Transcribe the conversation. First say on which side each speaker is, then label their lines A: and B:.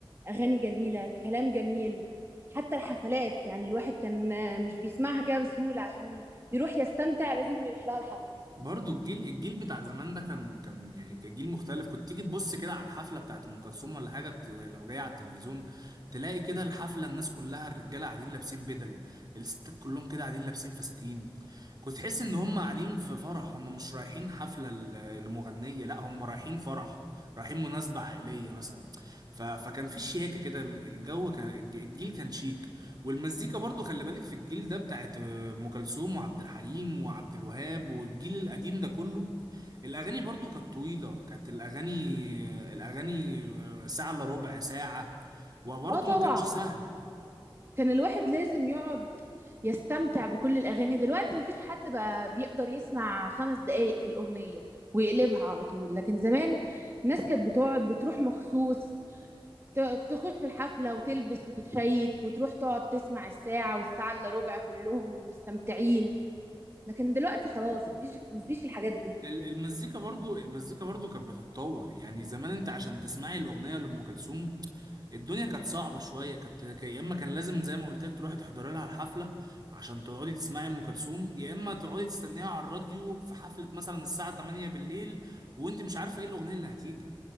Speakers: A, on the right; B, on the right.
A: أغاني جميلة كلام جميل حتى الحفلات يعني الواحد كان مش بيسمعها كده بسهولة عشان يروح يستمتع لازم يروح لها الحفلة
B: برضو الجيل الجيل بتاع زمان ده كان كان يعني كان جيل مختلف كنت تيجي تبص كده على الحفله بتاعت ام كلثوم ولا حاجه بت... لو جايه على التلفزيون تلاقي كده الحفله الناس كلها الرجاله قاعدين لابسين بدل الستات كلهم كده قاعدين لابسين فساتين كنت تحس ان هم قاعدين في فرح هم مش رايحين حفله ل- لمغنيه لا هم رايحين فرح رايحين مناسبة عائلية مثلا ف... فكان في شياكة كده ال- الجو كان الج- الجيل كان شيك والمزيكا برضو خلي بالك في الجيل ده بتاعت ام كلثوم وعبد الحليم وعبد الوهاب والجيل القديم ده كله الاغاني برضو كانت طويله كانت الاغاني الاغاني ساعه الا ربع ساعه وبرضو
A: اه طبعا
B: ما كانش سهل
A: كان الواحد لازم يقعد يستمتع بكل الأغاني دلوقتي مفيش حد بقى بيقدر يسمع خمس دقايق في الأغنية ويقلبها على طول لكن زمان الناس كانت بتقعد بتروح مخصوص ت- تخش الحفلة وتلبس وتتشيك وتروح تقعد تسمع الساعة والساعة إلا ربع كلهم ومستمتعين لكن دلوقتي خلاص مفيش مفيش الحاجات دي
B: ال- المزيكا برضو المزيكا برضو كانت بتتطور يعني زمان انت عشان تسمعي الاغنيه لام كلثوم الدنيا كانت صعبة شوية كانت كا- يا إما كان لازم زي ما قلت لك تروحي تحضري لها الحفلة عشان تقعدي تسمعي أم كلثوم يا إما تقعدي تستنيها على الراديو في حفلة مثلا الساعة 8 بالليل وأنت مش عارفة إيه الأغنية اللي هتيجي